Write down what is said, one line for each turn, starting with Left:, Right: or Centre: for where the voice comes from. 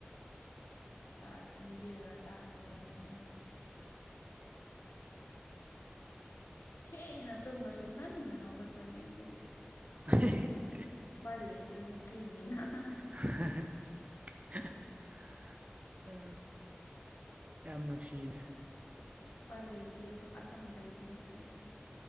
Left: ꯆꯥ ꯁꯦꯝꯕꯤꯔꯒ ꯆꯥꯛ ꯊꯣꯡꯉꯦ ꯊꯦꯡꯅ ꯇꯨꯝꯕꯁꯨ ꯉꯟꯅ ꯍꯧꯒꯠꯄꯅꯦ ꯑꯩꯈꯣꯏꯗꯤ
Right: <unintelligible>
Left: ꯎꯄꯥꯏ ꯂꯩꯇꯦ ꯅꯨꯄꯤꯅꯤꯅ <unintelligible>
Right: <unintelligible> ꯑ ꯌꯥꯝ ꯅꯨꯡꯁꯤꯌꯦꯅꯦ
Left: ꯎꯄꯥꯏ ꯂꯩꯇꯦꯕ ꯑꯍꯟ ꯂꯩꯕꯅꯤꯅ